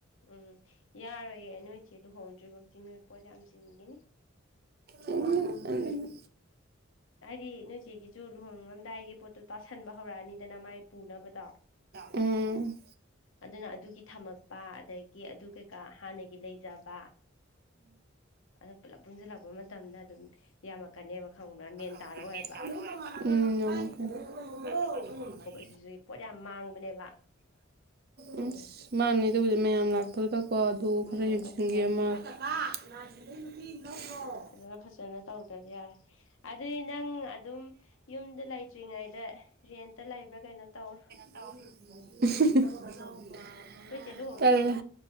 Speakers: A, on the left; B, on the right.
A: ꯎꯝ ꯌꯥꯔꯣꯏꯌꯦ ꯅꯣꯏ ꯏꯆꯦ ꯂꯨꯍꯣꯡꯗ꯭ꯔꯤꯕꯣꯛꯗꯤ ꯅꯣꯏ ꯄꯣꯠ ꯌꯥꯝ ꯆꯤꯟꯈꯤꯅꯤ
B: ꯑꯗꯨꯅꯦ
A: ꯍꯥꯏꯗꯤ ꯅꯣꯏꯆꯦꯒꯤꯁꯨ ꯂꯨꯍꯣꯡꯂꯝꯗꯥꯏꯒꯤ ꯄꯣꯠꯇꯨ ꯇꯥꯁꯟꯕ ꯍꯧꯔꯛꯑꯅꯤꯗꯅ ꯃꯥꯏ ꯄꯨꯅꯕꯗꯣ
B: ꯎꯝ
A: ꯑꯗꯨꯅ ꯑꯗꯨꯒꯤ ꯊꯝꯃꯛꯄ ꯑꯗꯒꯤ ꯑꯗꯨ ꯀꯩꯀꯥ ꯍꯥꯟꯅꯒꯤ ꯂꯩꯖꯕ ꯑꯗꯨ ꯄꯨꯂꯞ ꯄꯨꯟꯁꯤꯜꯂꯛꯄ ꯃꯇꯝꯗ ꯑꯗꯨꯝ ꯌꯥꯝꯃꯛꯀꯅꯦꯕ ꯈꯪꯕ꯭ꯔꯥ ꯃꯦꯟ
B: ꯎꯝ
A: ꯇꯥꯔꯛꯑꯣꯏꯕ
B: ꯌꯥꯝꯃꯛꯀꯥꯅꯤ
A: ꯁꯤꯁꯨ ꯄꯣꯠ ꯌꯥꯝ ꯃꯥꯡꯕꯅꯦꯕ
B: ꯎꯝ ꯃꯥꯡꯅꯤ ꯑꯗꯨꯕꯨꯗꯤ ꯃꯌꯥꯝ ꯂꯥꯛꯄꯗꯨꯗꯀꯣ ꯂꯨꯈ꯭ꯔꯦ
A: ꯎꯝ
B: ꯆꯤꯡꯒꯤ
A: ꯑꯗꯨꯅ
B: ꯑꯃ <unintelligible>
A: ꯐꯖꯅ ꯐꯖꯅ ꯇꯧꯗꯗꯤ ꯌꯥꯔꯣ ꯑꯗꯨꯗꯤ ꯅꯪ ꯑꯗꯨꯝ ꯌꯨꯝꯗ ꯂꯩꯇ꯭ꯔꯤꯉꯩꯗ ꯔꯦꯟꯇ ꯂꯩꯕ꯭ꯔꯥ ꯀꯩꯅꯣ ꯇꯧꯔꯣ
B: <unintelligible>
A: ꯅꯣꯏꯆꯦ ꯂꯨꯍꯣꯡꯗ꯭ꯔꯤꯕꯣ
B: ꯇꯜꯂꯦ